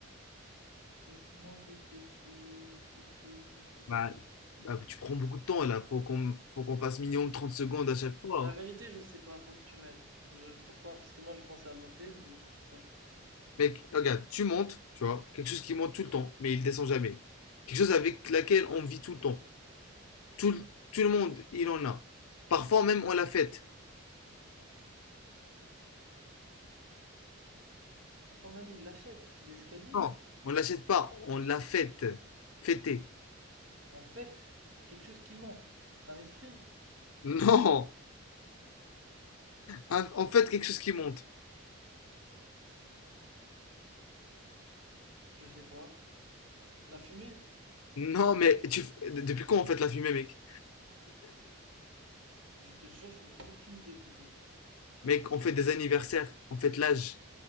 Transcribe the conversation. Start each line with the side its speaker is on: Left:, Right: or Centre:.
Right: Laisse-moi réfléchir, réfléchir, réfléchir.
Left: Bah, bah, tu prends beaucoup de temps là, faut qu'on faut qu'on passe minimum 30 secondes à chaque fois.
Right: La
Left: hein.
Right: vérité, je sais pas, faut que tu m'aides. Je trouve pas, parce que moi je pensais à monter, mais je trouve pas.
Left: Mec, regarde, tu montes, tu vois, quelque chose qui monte tout le temps, mais il descend jamais. Quelque chose avec laquelle on vit tout le temps. Tout, le- tout le monde, il en a. Parfois même, on la fête.
Right: Parfois même, il achète des escaliers.
Left: Non, on l'achète pas, on la fête. Fêter.
Right: En fait, quelque chose qui monte. Un esprit.
Left: Non, Un- on fête quelque chose qui monte.
Right: Je sais pas. La fumée.
Left: Non, mais tu, f- depuis quand on fête la fumée, mec?
Right: Je te jure, j'en ai aucune idée, poteau.
Left: Mec, on fait des anniversaires, on fête l'âge.